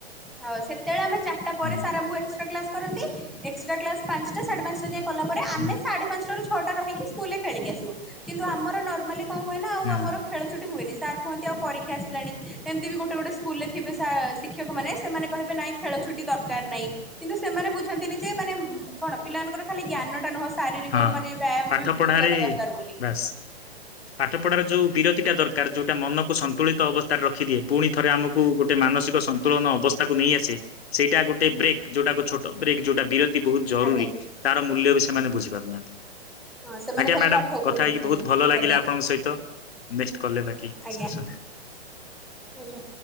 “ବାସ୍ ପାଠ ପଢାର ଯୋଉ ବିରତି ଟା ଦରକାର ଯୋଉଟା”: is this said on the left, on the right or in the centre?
Left